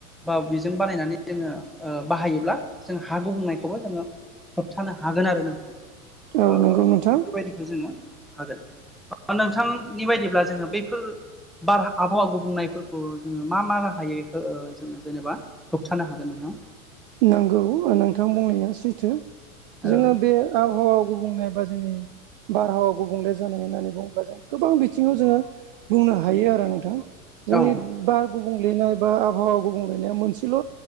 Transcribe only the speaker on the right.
औ नंगौ नोंथां
नांगौ नोंथां बुंनाया सैथो
जोङो बे आबहावा गुबुंनायबा जोंनि बारहावा गुबुंले जानाय होननानै बुङोब्ला जों गोबां बिथिङाव जोङो बुंनो हायो आरो नोंथां जोंनि
बार गुबुंलेनाय बा आबहावा गुबुंलेनाया मोनसेल'